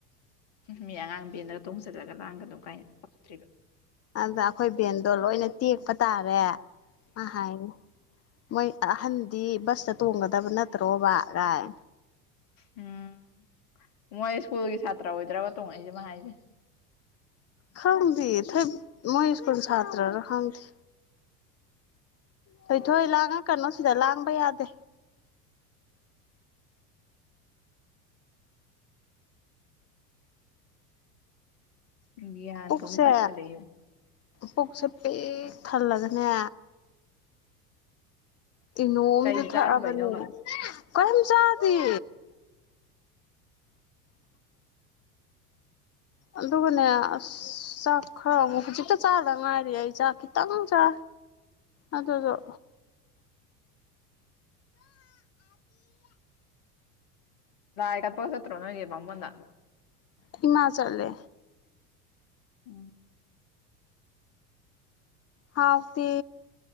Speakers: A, on the left; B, on the left.
A: ꯃꯤ ꯑꯉꯥꯡꯕꯦꯟꯂꯒ ꯇꯣꯡꯁꯤꯜꯂꯒ ꯂꯥꯡꯒꯗꯅꯣ ꯀꯥꯏꯅ ꯄꯛꯇ꯭ꯔꯤꯕ
B: ꯑꯗꯨꯗ ꯑꯩꯈꯣꯏ ꯚꯦꯟꯗꯣ ꯂꯣꯏꯅ ꯇꯦꯛꯄ ꯇꯥꯔꯦ ꯍꯥꯏꯅꯤ ꯃꯣꯏ ꯑꯍꯟꯗꯤ ꯕꯁꯇ ꯇꯣꯡꯒꯗꯕ ꯅꯠꯇ꯭ꯔꯣ ꯕꯥ ꯥꯏ
A: ꯎꯝ ꯃꯣꯏ ꯁ꯭ꯀꯨꯜꯒꯤ ꯁꯥꯇ꯭ꯔ ꯑꯣꯏꯗ꯭ꯔꯕ ꯇꯣꯡꯉꯛꯏꯁꯤꯦꯃ ꯍꯥꯏꯁꯦ
B: ꯈꯊꯦ ꯊꯣꯏ ꯃ ꯏꯁꯀꯨꯜ ꯁꯥꯇ꯭ꯔꯔ ꯈꯊꯦ ꯀꯩꯊꯣꯏ ꯂꯥꯡꯉ ꯀꯅꯣ ꯁꯤꯗ ꯂꯥꯡꯕ ꯌꯥꯗꯦ
A: ꯕꯤꯌꯥꯟꯒꯣꯡꯅ
B: ꯄꯨꯛꯁꯦ
A: ꯇ ꯁ ꯂꯩꯦ
B: ꯄꯨꯛꯁꯦ ꯄꯤꯛ ꯊꯜꯂꯒꯅꯦ ꯏꯅꯣꯝꯁꯨ
A: ꯀꯩ ꯆꯥꯔꯨꯕꯩꯅꯣꯕ
B: ꯊꯕꯅꯦ ꯀꯟ ꯆꯗꯤ ꯑꯗꯨꯒꯅꯦ ꯆꯥꯛ ꯈꯔꯖꯤꯛꯇ ꯆꯥꯗ ꯉꯔꯤ ꯍꯥꯏꯏ ꯆꯈꯤ ꯇꯪ ꯆꯥ ꯑꯗꯨ ꯑꯗꯨꯣ
A: ꯏ ꯀꯄꯁꯣ ꯅꯪꯦ ꯃꯃꯅ
B: ꯍꯃꯥꯆꯥꯠꯂꯦ
A: ꯎꯝ
B: ꯍꯥꯎꯗꯤ